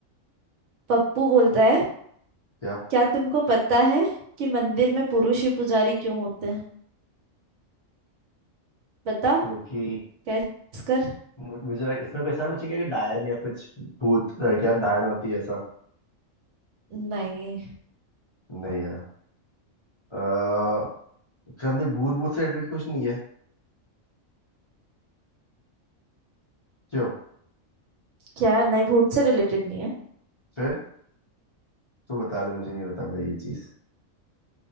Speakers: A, on the right; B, on the left.
A: पप्पू बोलता है
B: क्या
A: क्या तुमको पता है कि मंदिर में पुरुष ही पुजारी क्यों होते हैं बता
B: क्योंकि
A: कैस कर
B: मु- मुझे लग- इसमें कोई ऐसा कुछ है क्या कि डायन या कुछ भूत लड़कियां डायन होती है ऐसा
A: नहीं
B: नहीं यार अः हमने भूत भूत से रिलेटेड कुछ नहीं है क्यों
A: क्या नहीं भूत से रिलेटेड नहीं है
B: फिर तू बता दे मुझे नहीं बता भाई ये चीज